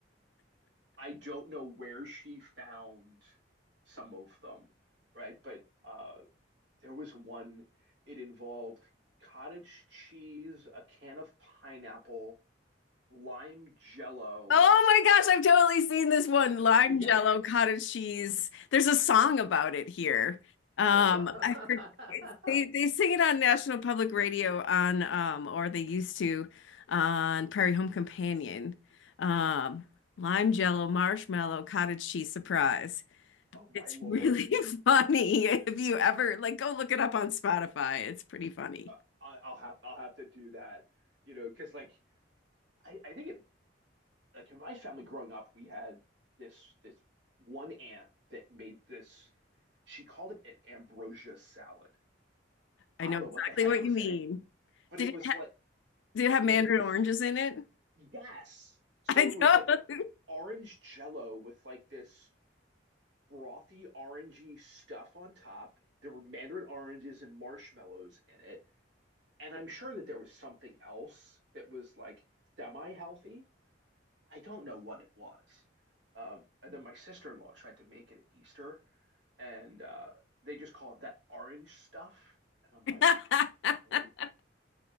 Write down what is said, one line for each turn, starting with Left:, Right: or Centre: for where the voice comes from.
Right: i don't know where she found some of them right but uh there was one it involved cottage cheese a can of pineapple lime jello
Left: Oh my gosh, I've totally seen this one.
Right: Uh,
Left: Lime
Right: yeah.
Left: jello, cottage cheese. There's a song about it here. Um,
Right: <laughs>
Left: I for- it's, they they sing it on National Public Radio on um or they used to on Prairie Home Companion. Um, lime jello, marshmallow, cottage cheese surprise.
Right: Oh my
Left: It's
Right: Lord.
Left: really <laughs> funny. If you ever like go look it up on Spotify, it's pretty funny.
Right: Uh, I, I'll have I'll have to do that. You know, because like I, I think it like in my family growing up, we had this this one aunt that made this she called it an ambrosia salad.
Left: I
Right: I
Left: know
Right: don't
Left: exactly
Right: know what the heck
Left: what
Right: was
Left: you mean.
Right: in it, but
Left: Did
Right: it
Left: it,
Right: was like
Left: did it have
Right: it
Left: mandarin
Right: was like this
Left: oranges in it?
Right: yes. So
Left: <laughs> I don't.
Right: it was like orange jello with like this frothy orangey stuff on top. There were mandarin oranges and marshmallows in it. And I'm sure that there was something else that was like semi healthy. I don't know what it was. Um, and then my sister-in-law tried to make it at Easter, and uh, they just call it that orange stuff. And I'm
Left: <laughs>
Right: like, oh.